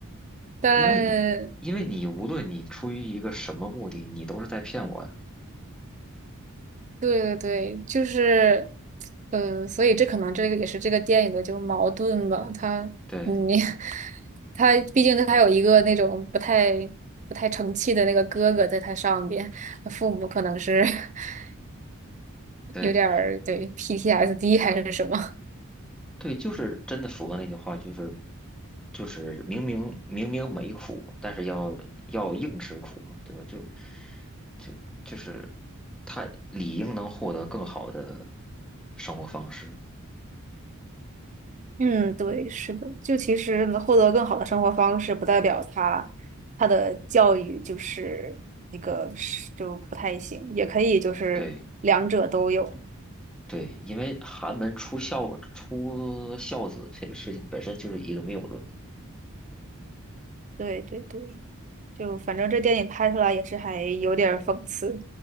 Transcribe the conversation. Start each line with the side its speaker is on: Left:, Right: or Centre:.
Right: 但
Centre: 因为你，因为你无论你出于一个什么目的，你都是在骗我呀。
Right: 对对对，就是，呃，所以这可能这个也是这个电影的就矛盾吧。他，
Centre: 对
Right: 嗯，<laughs> 他毕竟它有一个那种不太不太成器的那个哥哥在他上边，父母可能是 <laughs>
Centre: 对。
Right: 有点儿对 PTSD 还是什么。
Centre: 对，就是真的符合那句话，就是就是明明明明没苦，但是要要硬吃苦嘛，对吧？就就就是太理应能获得更好的生活方式。
Right: 嗯，对，是的，就其实能获得更好的生活方式，不代表他他的教育就是那个是就不太行，也可以就是两者都有。
Centre: 对对，因为寒门出孝出孝子这个事情本身就是一个谬论，
Right: 对对对，就反正这电影拍出来也是还有点儿讽刺。